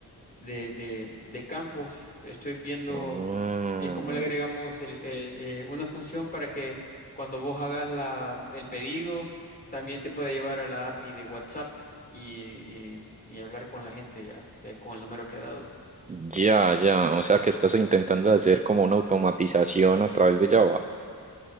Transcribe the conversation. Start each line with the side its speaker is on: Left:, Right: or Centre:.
Left: de, de- de campos. Estoy viendo
Right: Mm,
Left: eh, cómo le agregamos el- el, eh, una función para que cuando vos hagas la, el pedido, también te pueda llevar a la API de WhatsApp y, y- y hablar con la gente ya, que- con el número que ha dado.
Right: ya, ya. O sea, que estás intentando hacer como una automatización a través de Java,